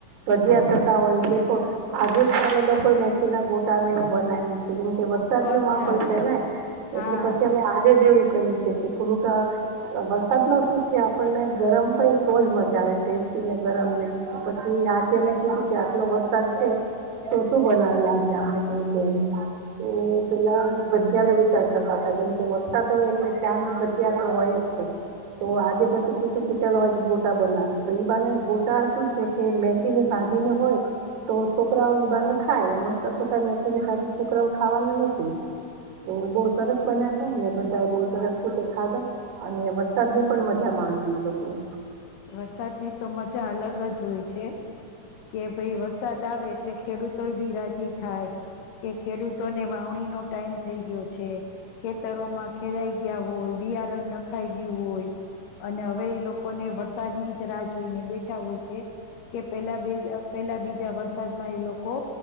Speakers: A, on the right (about 65°); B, on the left (about 80°).
A: ભજીયા થતા હોય દખો <unintelligible> આજે જ કમે લોકો મેથી ના ગોટા ને એવું બનાવુંય છે. વરસાદ
B: અચ્છા
A: નો માહોલ
B: અચ્છા
A: છે ને
B: હા
A: એટલે પછી અમે એવું કર્યું છે કે થોડુંક વરસાદમાં શું છે આપણને ગરમ કઈ હોય તોજ મજા આવે. ટેસ્ટીને ગરમ લઈ તો પછી આજે મેં કીધું કે આટલો વરસાદ છે. તો શું બનાવીને કઈ તો પેલા અ ભજયાનો વિચાર કરતા હતા કે વરસાદ હોય એટલે ચા ને ભજ્યા તો હોય જ. તો આજે પછી કીધું કે ચાલો આજે ગોટા બનાવી તો ઈ બાને ગોટા શું છે કે મેથી ની ભ જી નને હોય તો છોકરાઓ ઈબાને ખાય મસ્તકાય તો કઈ મેથી છોકરાઓ ખાવાના નથી. તો બહુ સરસ બન્યા. અને બધાએ બહુ સરસ રતેે ખાધો અને વરસાદની પણ મજા માણી અમે લોકોએ.
B: વરસાદની તો મજા અલગ જ હોય છે કે ભાઈ વરસાદ આવે એટલે ખેડૂતો બી રાજી થાય. કે ખેડૂતોને વાવણી નો ટાઈમ થઈ ગયો છે ખેતરોમાં ખેડાઈ ગયા હોય. બિયારણ નખાઈ ગયું હોય અને હવે એ લોકોને વ સાદ ની જ રાહ જોઈને બેઠા હોય છે. કે પેલા બે પેલા બીજા વરસાદમાં એ લોકો